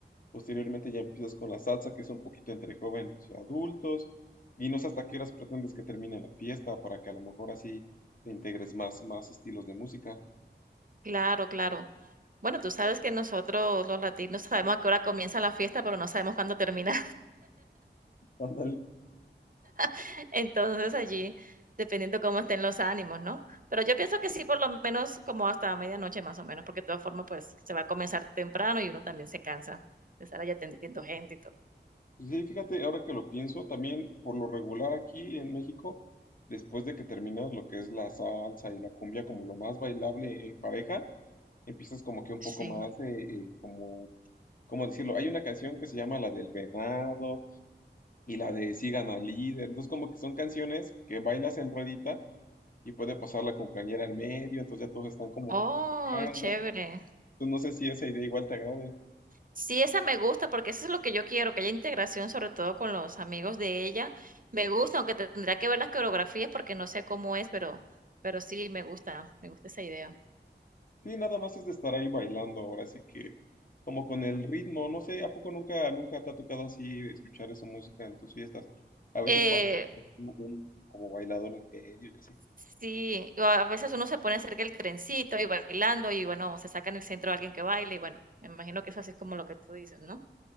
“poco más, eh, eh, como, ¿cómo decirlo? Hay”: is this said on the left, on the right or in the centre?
Left